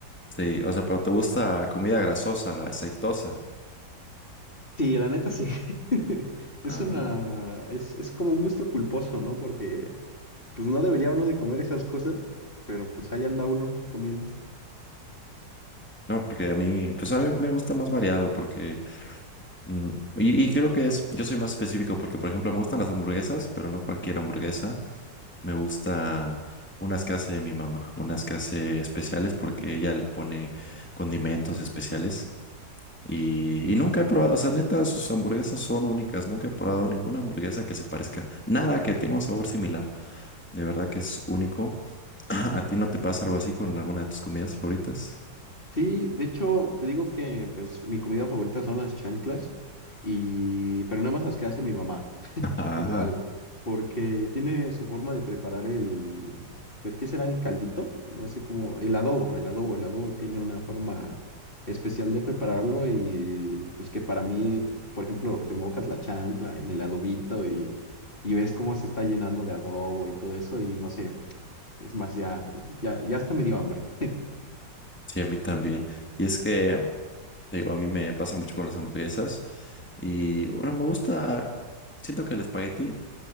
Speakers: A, in the centre; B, on the left.
A: Sí, o sea, pero ¿te gusta comida grasosa, aceitosa?
B: Sí, la neta sí. <laughs>
A: Ah,
B: Es una, es, es como un gusto culposo, ¿no? Porque pues no debería uno de comer esas cosas, pero pues ahí anda uno comiendo.
A: no, porque a mí, pues a mí me gusta más variado porque, mm, y, y creo que es, yo soy más específico porque, por ejemplo, me gustan las hamburguesas, pero no cualquier hamburguesa. Me gusta unas que hace mi mamá, unas que hace especiales porque
B: Mm.
A: ella le pone condimentos especiales. Y, y nunca he probado, o sea, neta, sus hamburguesas son únicas. Nunca he probado ninguna hamburguesa que se parezca. Nada que tenga un sabor similar. De verdad que es único. <laughs> ¿A ti no te pasa algo así con alguna de tus comidas favoritas?
B: Sí, de hecho, te digo que pues mi comida favorita son las chanclas y pero nada más las que hace mi mamá.
A: Ah,
B: Igual, porque tiene su forma de preparar el, pues, ¿qué será el caldito? No sé cómo, el adobo, el adobo, el adobo tiene una forma especial de prepararlo y pues que para mí, por ejemplo, remojas la chancla en el adobito y, y ves cómo se está llenando de adobo y todo eso y no sé, es más, ya, ya, ya hasta me dio hambre.
A: sí, a mí también. Y es que, te digo, a mí me pasa mucho con las hamburguesas. Y bueno, me gusta, siento que el espagueti,